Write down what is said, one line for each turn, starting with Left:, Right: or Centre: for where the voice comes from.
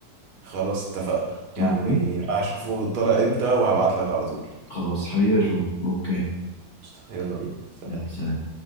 Right: خلاص اتفقنا يعني
Left: أوكي
Right: هشوفه طلع امتى وهبعت لك على طول
Left: خلاص حبيبي يا جو أوكي
Right: قشطة، يلا بينا سلام
Left: يلا سلام